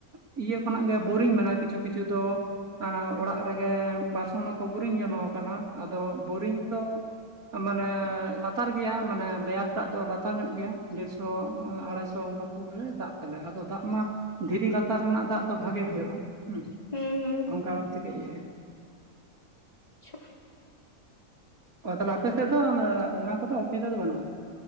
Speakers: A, on the right; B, on the left.
A: ᱤᱭᱟᱹ ᱠᱷᱚᱱᱟᱜ ᱜᱮ ᱵᱳᱨᱤᱝ ᱢᱮᱱᱟᱜᱼᱟ ᱠᱤᱪᱷᱩ ᱠᱤᱪᱷᱩ ᱫᱚ ᱾ ᱟ ᱚᱲᱟᱜ ᱨᱮᱜᱮ ᱯᱟᱨᱥᱚᱱᱟᱞ ᱦᱚᱸᱠᱚ ᱵᱳᱨᱤᱝ ᱡᱚᱱᱚ ᱠᱟᱱᱟ, ᱟᱫᱚ ᱵᱳᱨᱤᱝ ᱫᱚ ᱢᱟᱱᱮ ᱞᱟᱛᱟᱨ ᱜᱮᱭᱟ, ᱢᱟᱱᱮ ᱞᱮᱭᱟᱨ ᱴᱟᱜ ᱫᱚ ᱞᱟᱛᱟᱨ ᱧᱚᱜ ᱜᱮᱭᱟ ᱰᱮᱲᱥᱚ ᱟᱲᱟᱭᱥᱚ ᱾ ᱚᱱᱠᱟ ᱯᱩᱴ ᱨᱮ ᱫᱟᱜ ᱛᱟᱞᱮ, ᱟᱫᱚ ᱫᱟᱜ ᱢᱟ ᱫᱷᱤᱨᱤ ᱞᱟᱛᱟᱨ ᱨᱮᱱᱟᱜ ᱫᱟᱜ ᱫᱚ ᱵᱷᱟᱜᱮ ᱦᱩᱭᱩᱜᱼᱟ ᱾
B: ᱦᱩᱸ ᱦᱩᱸ
A: ᱚᱱᱠᱟ ᱵᱷᱟᱵ ᱛᱮᱜᱮ ᱤᱭᱟᱹ ᱦᱩᱭᱩᱜᱼᱟ ᱾
B: ᱟᱪᱪᱷᱟ
A: ᱚ ᱛᱟᱦᱚᱞᱮ ᱟᱯᱮ ᱥᱮᱫ ᱫᱚ ᱚᱱᱟ ᱠᱚᱫᱚ ᱚᱥᱩᱵᱤᱫᱟ ᱫᱚ ᱵᱟᱹᱱᱩᱜᱼᱟ ᱾